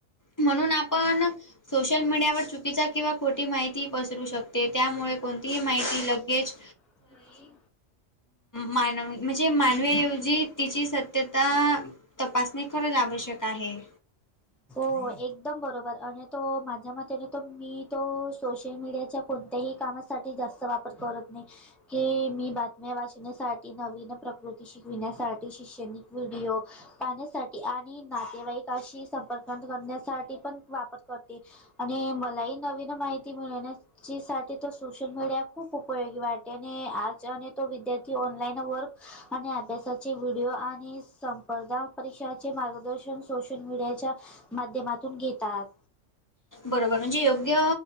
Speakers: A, on the left; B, in the centre.
A: म्हणून आपण. सोशल मीडियावर चुकीचा किंवा खोटी माहिती पसरू शकते त्यामुळे कोणतीही माहिती लगेज.
B: होय.
A: मानव म्हणजे मानवीऐवजी तिची सत्यता. तपासणी खरंच आवश्यक आहे.
B: हो एकदम बरोबर आणि तो माझ्या मतेने तो मी तो सोशल मीडियाच्या. कोणत्याही कामासाठी जास्त वापर करत नाही की मी बातम्या वाचण्यासाठी नवीन. प्रकृती शिकविण्यासाठी शिषणिक व्हिडिओ पाहण्यासाठी. आणि नातेवाईकशी संपर्क करण्यासाठी पण वापर करते. आणि मलाही नवीन माहिती मिळवण्यास. ची साठी तो सोशल मीडिया खूप उपयोगी वाटते आणि आज आणि तो विद्यार्थी ऑनलाईन वर्क. आणि अभ्यासाचे व्हिडिओ आणि संपर्ध परीक्षाचे मार्गदर्शन सोशल मीडियाच्या. माध्यमातून घेतात.
A: बरोबर म्हणजे योग्य